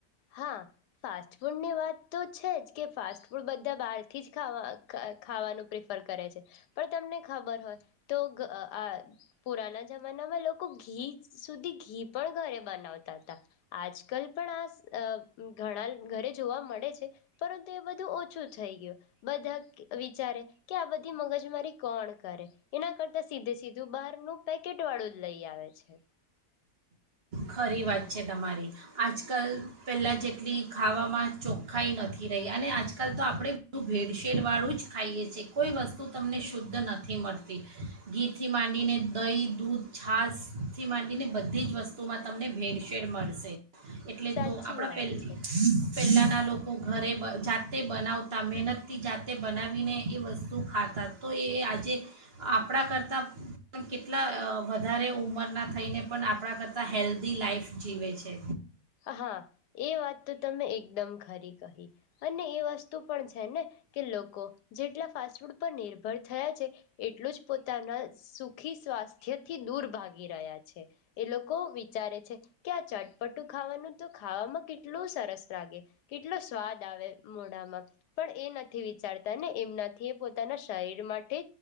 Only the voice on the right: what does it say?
ખરી વાત છે તમારી આજકાલ પહેલાં જેટલી ખાવામાં ચોખ્ખાઈ નથી રહી અને આજકાલ તો આપણે બધું બેડશેડ વાળું જ ખાઈએ છીએ કોઈ વસ્તુ તમને શુદ્ધ નથી મળતી ઘીથી માંડીને દહીં દૂધ છશથી માંડીને બધી જ વસ્તુ તોમાં તમને ભેળસેેળ મળશે એટલે
તો આપણા
પે પહેલાંના લોકો ઘરે જાતે બનાવતા મહેનતથી જાતે બનાવીને એ વસ્તુ ખાતા તો એ આજે આપણા કરતાં પણ કેટલા વધારે ઉંમરના થઈને પણ આપણા કરતાં તા હેલ્ધી લાઈફ જીવે છે